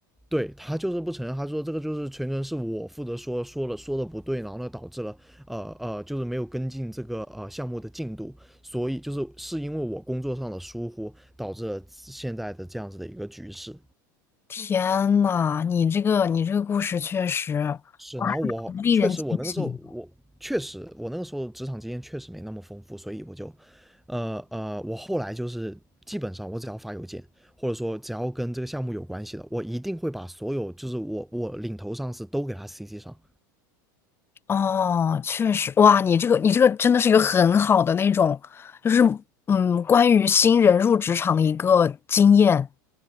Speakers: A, in the centre; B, on the left.
A: 对他就是不承认，他说这个就是全程是我负责说说了说的不对，然后呢导致了呃呃就是没有跟进这个呃项目的进度，所以就是是因为我工作上的疏忽导致了现在的这样子的一个局势。
B: 天呐，你这个你这个故事确实，
A: 是，
B: 哇，
A: 然后我确实我那个时候我确实我那个时候职场经验确实没那么丰富，
B: 还蛮令人警醒的
A: 所以我就呃呃我后来就是基本上我只要发邮件或者说只要跟这个项目有关系的，我一定会把所有就是我我领头上司都给他 CC 上。
B: 哦，确实，哇，你这个你这个真的是一个很好的那种，就是嗯，关于新人入职场的一个经验。